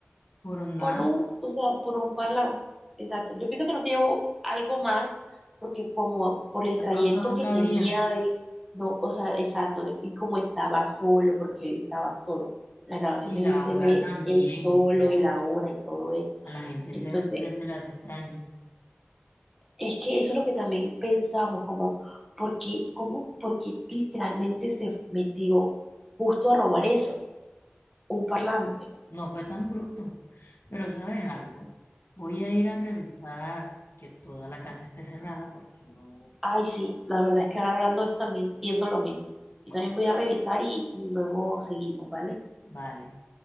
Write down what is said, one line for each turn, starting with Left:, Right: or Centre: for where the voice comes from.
Left: por nada,
Centre: por un, o sea, por un parlante. Exacto. Yo pienso que no se llevó algo más porque como por el
Left: de
Centre: trayecto
Left: pronto no
Centre: que
Left: cabían.
Centre: tenía de, no, o sea, exacto, y como estaba solo, porque él estaba solo. Las grabaciones
Left: Y la
Centre: él se
Left: hora
Centre: ve
Left: también,
Centre: él solo
Left: ya
Centre: y la hora y todo eso.
Left: A la gente
Centre: Entonces,
Left: siempre se le hace extraño.
Centre: es que eso es lo que también pensamos, como, ¿por qué, cómo, por qué literalmente se metió justo a robar eso? Un parlante.
Left: No, no fue tan bruto. Pero ¿sabes algo? Voy a ir a revisar que toda la casa esté cerrada porque no,
Centre: Ay, sí, la verdad es que ahora hablando de esto también pienso lo mismo.
Left: bueno,
Centre: Yo también voy a revisar y, y luego seguimos, ¿vale?
Left: vale.